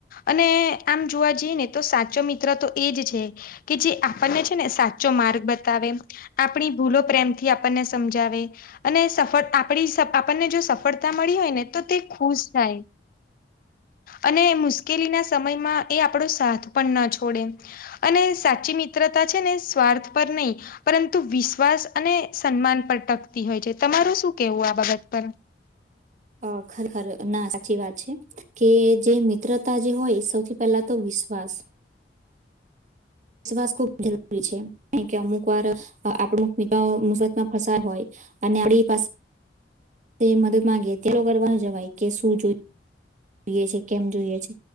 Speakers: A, on the left; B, on the right.
A: અને આમ જોવા જઈએ ને, તો સાચો મિત્ર તો એજ છે કે જે. આપને છે ને, સાચો માર્ગ બતાવે, આપણી ભૂલો, પ્રેમ થી આપણને સમજાવે અને સ આપ આપણને જો સફળતા મળી હોય ને. તો તે ખુશ થાય. અને મુશ્કેલી ના સમયમાં એ આપણો પણ ના અને સાચી મિત્રતા છે ને, સ્વાર્થ પર નહી. પરંતુ વિશ્વાસ સન્માન ટકતી હોય છે, તમારે શું કેવું આ બાબત પર?
B: અ ખરેખરે. ના સાચી વાત છે કે, જે મિત્રતા જે હોય, સૌથી પહેલા તો વિશ્વાસ. વિશ્વાસ ખુબ જરૂરી છે કે, અમુક વાર આપણિત મુતમાં ફસ હોય. અને આપડી પાસે. મદદ માંગી ત્યારે કરવા જવાય કે, શું જોઈ જોઈએ છે? કેમ જોઈએ છે?